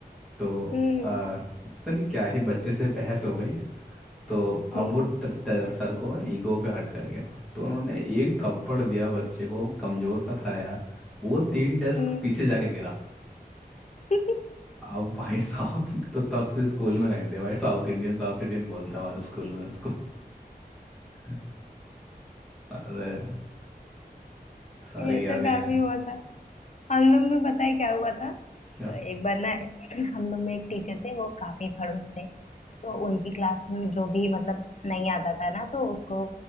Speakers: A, in the centre; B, on the left (about 45°).
A: तो
B: हम्म
A: आ, पता नहीं क्या ही बच्चे से बहस हो गई तो अब
B: हम्म
A: वो ट, ट, सर को ईगो पे हट कर गया तो उन्होंने एक थप्पड़ दिया बच्चे को कमजोर सा था यार वो तीन डेस्क
B: हम्म।
A: पीछे जाके गिरा
B: <laughs>
A: अब भाई साहब <laughs> तो तब से स्कूल में रख दिया भाई साउथ इंडियन साउथ इंडियन बोलता है हमारे स्कूल में उसको <laughs> अरे सारी
B: ये
A: यादें
B: तो काफी
A: हैं
B: हुआ था हम लोग में पता है क्या हुआ था तो
A: क्या
B: एक बार ना <clears throat> हम लोग में एक टीचर थे वो काफी खड़ूस थे तो उनकी क्लास में जो भी मतलब नहीं आता था ना तो उसको